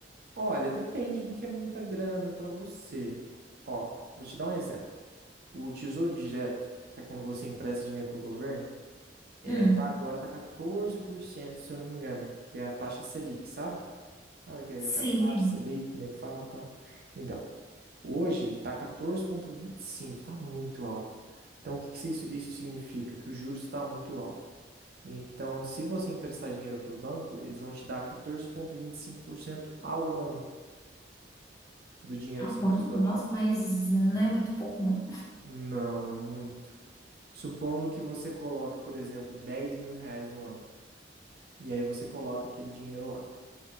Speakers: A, on the right; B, on the left.
A: olha, depende do que é muita grana pra você. Ó, vou te dar um exemplo. O Tesouro Direto, que é quando você empresta dinheiro pro governo, é,
B: Hum.
A: tá agora tá 14%, se eu não me engano, que é a taxa Selic, sabe? Sabe o que é
B: Sim,
A: a taxa
B: sim.
A: Selic, que o nego fala e tal. Então, hoje tá 14,25, tá muito alto. Então, o que que isso, isso significa? Que o juros está muito alto. Então, se você emprestar dinheiro para o banco, eles vão te dar 14,25% ao ano do dinheiro
B: Ah,
A: que você
B: uau,
A: emprestou.
B: nossa, mas não é muito pouco, não.
A: Não, é muito. Supondo que você coloque, por exemplo, 10 mil reais no ano, e aí você coloca aquele dinheiro lá.